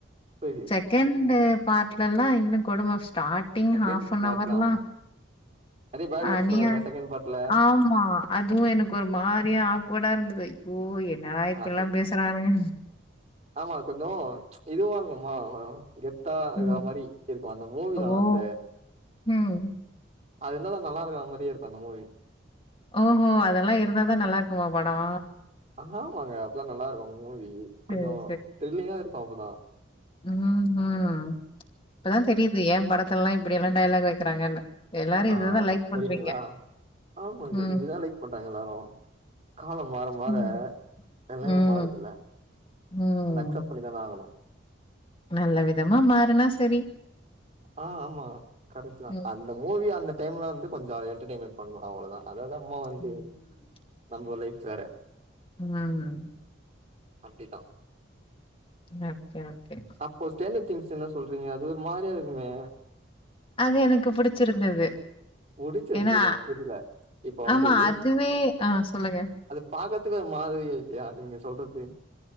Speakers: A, on the right (about 35°); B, on the left (about 30°).
A: புரிய்து
B: செகண்ட்டு பார்ட்லல்லா இன்னு கொடும ஸ்டார்டிங்
A: செகண்ட்
B: ஹாஃப் அன்
A: பார்ட்ல
B: ஹவர்லா
A: ஆமா நெறைய பேட்
B: ஆ
A: வேர்ட்ஸ்லா
B: நீ
A: வருமே
B: ஆய்
A: செகண்ட் பார்ட்ல
B: ஆமா அதுவு எனக்கு ஒரு மாரியா ஆக்வோடா இருந்தது ஐயோ என்னா இப்பில்லா
A: அது
B: பேசுறானுங்க
A: ஆமா கொஞ்சோ இதுவா இருக்குமா அதனால கெத்தா இருக்கற
B: ம்
A: மாரி இருக்கோ அந்த மூவி நல்லா
B: ஓ
A: இருந்த
B: ம்
A: அது என்ன தான் நல்லா இருக்க மாரியே இருக்கோ அந்த மூவி
B: ஓஹோ அதெல்லா இருந்தாதா நல்லா இருக்குமா படோ
A: ஆமாங்க அப்பதா நல்லா இருக்கோ மூவி
B: சரி,
A: கொஞ்சோ த்ரில்லிங்கா இருக்கோ அப்பதா
B: ம் ம் இப்பதா தெரியுது ஏன் படத்துல எல்லா இப்டி எல்லா டைலாக் வைக்கிறாங்கன்னு எல்லாரும்
A: ஆ
B: இதுதான் லைக்
A: புரியதுங்களா
B: பண்றீங்க.
A: ஆமா இப்ப
B: ம்.
A: இப்டிதா லைக் பண்றாங்க எல்லாரு காலம் மாற மாற
B: ம்.
A: எல்லாமே
B: ம்.
A: மாறுதுல
B: ம்.
A: அத அக்செப்ட் பண்ணி தானே ஆகனு
B: நல்ல விதமா மாறுனா சரி
A: ஆ ஆமா கரெக்ட்டு தா
B: ம்.
A: அந்த மூவி அந்த டைம்ல வந்து கொஞ்சோ என்டர்டெய்ன்மெண்ட் பண்ணோ அவ்ளோதா அததா சும்மா வந்து
B: ம்.
A: நம்ப லைஃப் வேற
B: ம் ம்
A: அப்டிதா
B: நச்சார் பேக்
A: அப்போ ஸ்டேஞ்சர்ஸ் திங்க்ஸ் என்ன சொல்றீங்க அது ஒரு மாரியா இருக்குமே
B: அது எனக்கு புடிச்சிருந்தது
A: புடிச்சிருந்தது
B: ஏன்னா
A: எனக்கு புரியல இப்ப வந்து
B: ஆமா அதுவே ஆ சொல்லுங்க
A: அது பாக்கறதுக்கு ஒரு மாதிரி இருக்கு இல்லையா நீங்க சொல்றது